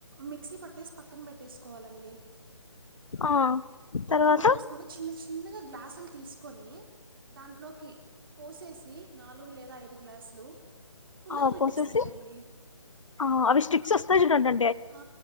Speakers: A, on the right; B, on the left.
A: మిక్సీ పాట్టేస్ పక్కన పెట్టేస్కోవాలండి
B: ఆ
A: పక్కన
B: తర్వాత
A: పట్టేసుకుని చిన్న చిన్నగా గ్లాసులు తీసుకొని దాంట్లోకి పోసేసి నాలుగు లేదా ఐదు గ్లాసులు పుల్లలు
B: ఆ
A: పెట్టేసేయాలండి.
B: పోసేసి ఆ అవి స్టిక్స్ వస్తాయి చూడండి
A: ఆ